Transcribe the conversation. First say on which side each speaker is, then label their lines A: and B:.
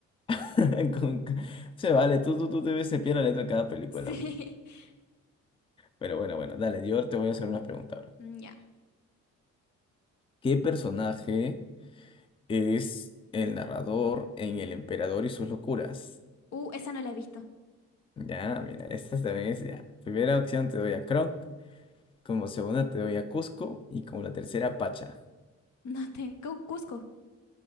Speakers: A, on the left (about 20°); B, on the left (about 65°).
A: <laughs> Con- Se vale, tú, tú, tú debes cepillar la letra de cada película.
B: Sí.
A: pues.
B: <laughs>
A: Pero bueno, bueno, dale, yo te voy a hacer una pregunta ahora.
B: Mm, Ya.
A: ¿Qué personaje es el narrador en El Emperador y sus locuras?
B: Uh, esa no la he visto.
A: Ya, mira, esta también es ya. Primera opción te doy a Kronk, como segunda te doy a Cusco y como la tercera Pacha.
B: No tengo. Cusco.